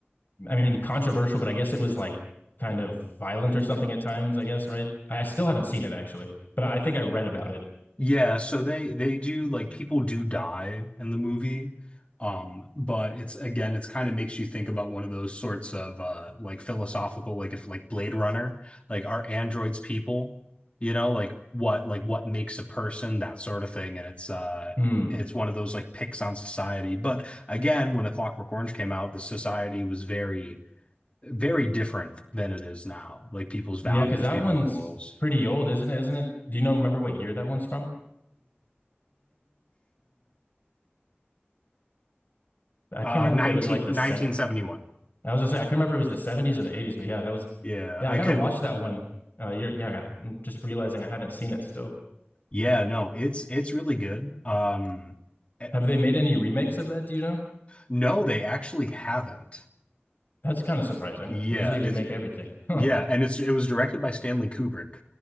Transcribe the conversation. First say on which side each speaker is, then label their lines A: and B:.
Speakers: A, on the left; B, on the left.
A: I mean controversial, but I guess it was like kind of violent or something at times. I guess right. I still haven't seen it actually, but I think I read about it.
B: Yeah, so they they do like people do die in the movie. Um, but it's again, it's kind of makes you think about one of those sorts of uh like philosophical, like if like Blade Runner, like are androids people? You know, like what like what makes a person, that sort of thing. And it's uh
A: Mm.
B: it's one of those like picks on society. But again, when A Clockwork Orange came out, the society was very, very different than it is now. Like people's values,
A: Yeah, because that
B: people's
A: one's
B: morals.
A: pretty old, isn't it? Isn't it? Do you know remember what year that one's from? I
B: Uh,
A: can't remember
B: nineteen,
A: if it was like the
B: nineteen
A: set.
B: seventy one.
A: I was gonna say I couldn't remember if it was the 70s or the 80s, but yeah, that was.
B: Yeah,
A: Yeah,
B: I
A: I gotta
B: could.
A: watch that one. Uh, you're, yeah, I got- I'm just realizing I haven't seen it still.
B: Yeah, no, it's it's really good. Um, eh,
A: Have they made any remakes of that? Do you know?
B: no, they actually haven't.
A: That's kind of surprising.
B: Yeah,
A: They usually remake
B: it's it,
A: everything. <laughs>
B: yeah, and it's it was directed by Stanley Kubrick,